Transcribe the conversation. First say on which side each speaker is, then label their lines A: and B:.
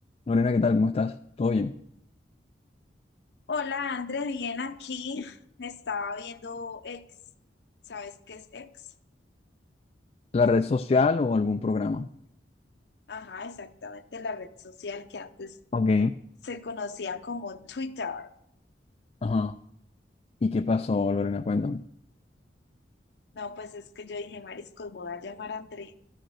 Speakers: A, on the left; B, on the left.
A: Lorena, ¿qué tal? ¿Cómo estás? ¿Todo bien?
B: Hola, André, bien aquí. Estaba viendo X. ¿Sabes qué es X?
A: ¿La red social o algún programa?
B: Ajá, exactamente la red social que antes
A: Ok,
B: se conocía como Twitter.
A: Ajá. ¿Y qué pasó, Lorena? Cuéntame.
B: No, pues es que yo dije, Mariscos, voy a llamar a André